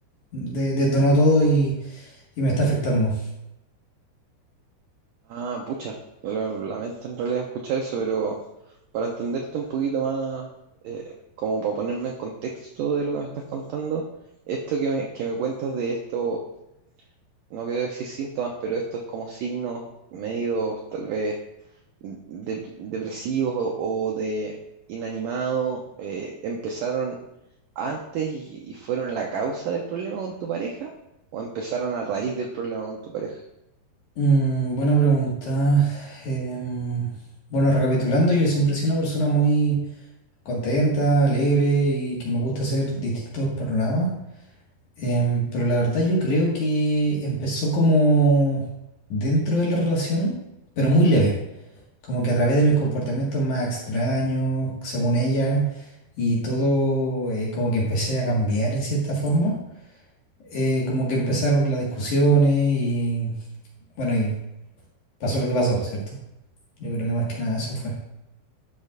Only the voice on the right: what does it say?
Ah, pucha, lo- lamento en realidad escuchar eso, pero para entenderte un poquito más, eh, como para ponerme en contexto de lo que me estás contando, esto que me, que me cuentas de estos, no quiero decir síntomas, pero estos como signos medios tal vez de- depresivos o, o de inanimado, eh, ¿empezaron antes y y fueron la causa del problema con tu pareja? ¿O empezaron a raíz del problema con tu pareja?